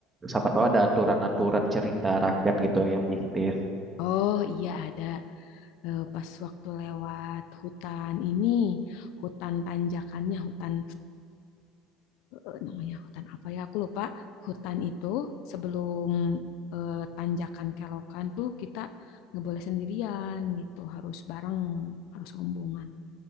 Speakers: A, on the right; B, on the left.
A: Siapa tahu ada aturan-aturan cerita rakyat gitu yang mistis.
B: Oh iya ada Eh, pas waktu lewat hutan ini hutan tanjakannya hutan eh, namanya hutan apa ya aku lupa hutan itu sebelum eh, tanjakan kelokan tuh kita nggak boleh sendirian gitu harus bareng harus rombongan